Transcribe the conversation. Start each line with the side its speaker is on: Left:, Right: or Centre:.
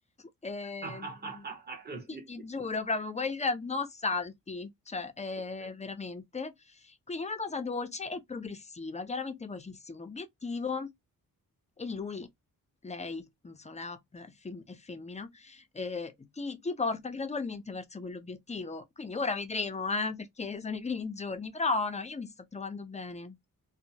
Left: Eh,
Right: <laughs> Così.
Left: sì, ti giuro, proprio, poi eh, no salti, cioè, eh,
Right: Ok.
Left: veramente. Quindi una cosa dolce e progressiva. Chiaramente poi fissi un obiettivo e lui, lei, non so, la app è, fem- è femmina, eh, ti, ti porta gradualmente verso quell'obiettivo. Quindi ora vedremo, eh, perché sono i primi giorni, però no, io mi sto trovando bene.